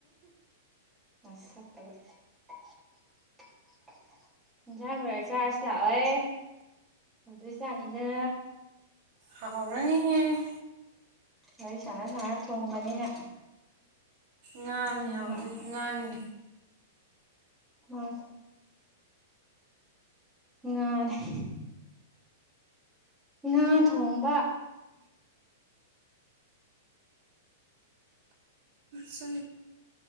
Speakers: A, in the centre; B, on the right (about 50°).
A: ꯁꯖ ꯂꯔ ꯆꯥꯔꯖ ꯂꯥꯛꯑꯣꯣꯏ ꯑꯗꯨꯗꯣꯏꯖꯥꯅꯤꯗ
B: ꯍꯥꯛꯧꯅꯤꯍꯦꯛ
A: ꯑꯩꯣꯏ ꯁꯥꯟꯅ ꯁꯥꯟꯅ ꯊꯣꯡꯕꯅꯤꯅ
B: ꯉꯅꯤ
A: ꯉꯥꯏꯍꯥꯛ
B: ꯍꯥꯎꯗꯣꯏ ꯉꯅꯤ
A: ꯑꯣꯏ ꯑꯦ ꯉꯥ ꯊꯣꯡꯕ
B: ꯆ